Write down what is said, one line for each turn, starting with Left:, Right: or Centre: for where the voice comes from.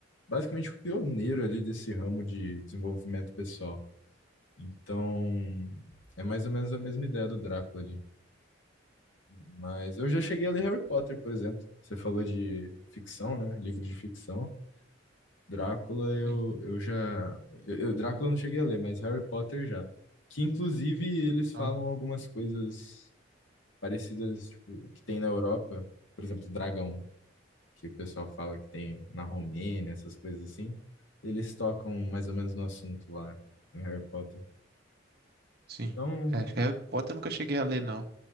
Left: basicamente o pioneiro ali desse ramo de desenvolvimento pessoal. Então, é mais ou menos a mesma ideia do Drácula ali. Mas eu já cheguei a ler Harry Potter, por exemplo. Você falou de ficção, né? Livro de ficção. Drácula eu,
Right: Sim.
Left: eu já. Eu, eu- Drácula eu não cheguei a ler, mas Harry Potter já. Que inclusive eles
Right: Ah,
Left: falam algumas coisas parecidas, tipo, que tem na Europa. Por exemplo, dragão, que o pessoal fala que tem na Romênia, essas coisas assim. Eles tocam mais ou menos no assunto lá em Harry Potter.
Right: sim.
Left: Então.
Right: É, Harry Potter eu nunca cheguei a ler, não.